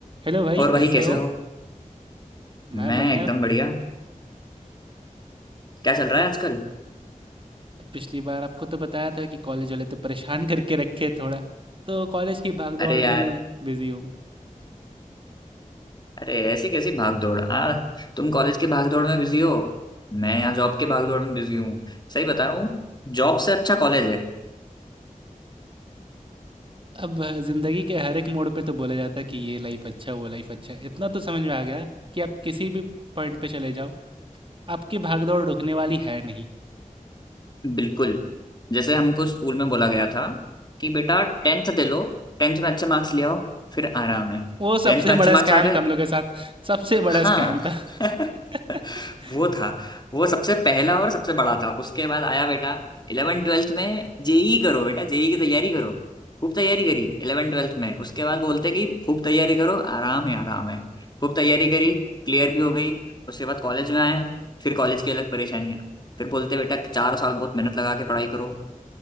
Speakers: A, on the right; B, on the left.
A: Hello भाई
B: और भाई
A: कैसे
B: कैसे
A: हो
B: हो मैं
A: मैं बढ़िया
B: एकदम बढ़िया क्या चल रहा है आजकल
A: पिछली बार आपको तो बताया था कि कॉलेज वाले तो परेशान करके रखे थोड़ा तो कॉलेज की भागदौड़
B: अरे
A: में
B: यार
A: बिजी हूँ
B: अरे ऐसी कैसी भाग दौड़ आ तुम कॉलेज के भाग दौड़ में बिजी हो मैं यहाँ जॉब के भाग दौड़ में बिजी हूँ सही बता रहा हूँ जॉब से अच्छा कॉलेज है
A: अब अ, ज़िंदगी के हर एक मोड़ पे तो बोला जाता है कि ये लाइफ अच्छा वो लाइफ अच्छा इतना तो समझ में आ गया कि आप किसी भी पॉइंट पे चले जाओ आपकी भागदौड़ रुकने वाली है नहीं
B: बिल्कुल जैसे हमको स्कूल में बोला गया था कि बेटा टेंथ दे लो टेंथ में अच्छे मार्क्स ले आओ फिर आराम है
A: वो सबसे
B: टेंथ में अच्छे
A: बड़ा
B: मार्क्स
A: स्कैम
B: आ गए
A: था हम लोग के साथ सबसे बड़ा
B: हाँ
A: स्कैम था
B: <laughs>
A: <laughs>
B: वो था वो सबसे पहला और सबसे बड़ा था उसके बाद आया बेटा इलेवन ट्वेल्थ में जेई करो बेटा जेई की तैयारी करो खूब तैयारी करी इलेवन ट्वेल्थ में उसके बाद बोलते कि खूब तैयारी करो आराम है आराम है खूब तैयारी करी क्लियर भी हो गई उसके बाद कॉलेज में आए फिर कॉलेज की अलग परेशानी है फिर बोलते बेटा कि चार साल बहुत मेहनत लगा के पढ़ाई करो